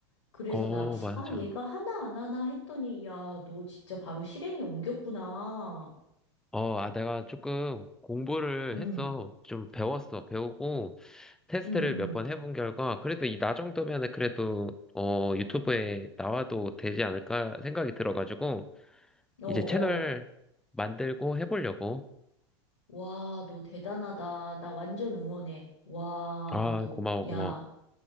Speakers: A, on the left; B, in the centre.
A: 그래서
B: 어,
A: 나,
B: 맞아.
A: 아, 얘가 하나 안 하나 했더니, 야, 너 진짜 바로 실행에 옮겼구나.
B: 어, 아, 내가 조금 공부를
A: 응,
B: 했어. 좀 배웠어. 배우고, 테스트를
A: 응, 응.
B: 몇 번 해본 결과, 그래도 이 나 정도면은 그래도, 어, 유튜브에 나와도 되지 않을까 생각이 들어가지고,
A: 어,
B: 이제
A: 어.
B: 채널 만들고 해보려고.
A: 와, 너 대단하다. 나 완전 응원해. 와,
B: 아,
A: 너,
B: 고마워, 고마워.
A: 야,